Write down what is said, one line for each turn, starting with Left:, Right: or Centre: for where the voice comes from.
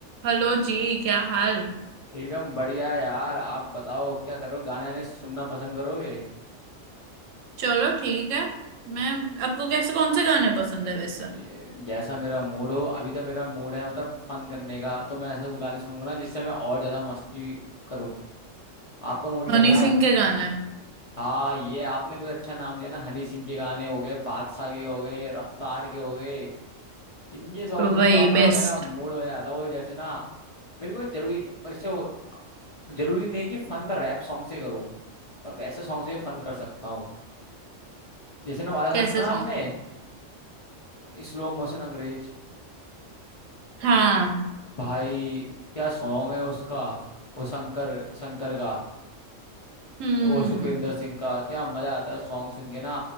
Right: Hello जी क्या हाल
Left: एकदम बढ़िया यार आप बताओ क्या करो गाने आने सुनना पसंद करोगे
Right: चलो ठीक है मैं आपको कैसे कौन से गाने पसंद है वैसे
Left: ये, जैसा मेरा मूड हो अभी तो मेरा मूड है मतलब फन करने का तो मैं ऐसा गाने सुनूंगा ना जिससे मैं और ज्यादा मस्ती करूँ आपका मूड कैसा
Right: हनी
Left: है
Right: सिंह
Left: आज
Right: के गाने
Left: हाँ ये आपने कुछ अच्छा नाम लिया ना हनी सिंह के गाने हो गए बादशाह के हो गए रफ्तार के हो गए इनके सॉन्ग
Right: वही
Left: सुनता हूँ ना
Right: बेस्ट
Left: मेरा मूड हो जाता है वो जैसे ना मेरे को जरूरी वैसे वो- जरूरी नहीं कि फन मैं रैप सॉन्ग से करूँ मैं वैसे सॉन्ग से फन कर सकता हूँ जैसे ना वाला गाना
Right: कैसे
Left: सुना
Right: सॉन्ग
Left: आपने स्लो मोशन अंग्रेज
Right: हाँ
Left: भाई क्या सॉन्ग है उसका वो शंकर शंकर का
Right: हम्म
Left: और सुखविंदर सिंह का क्या मजा आता है सॉन्ग सुन के ना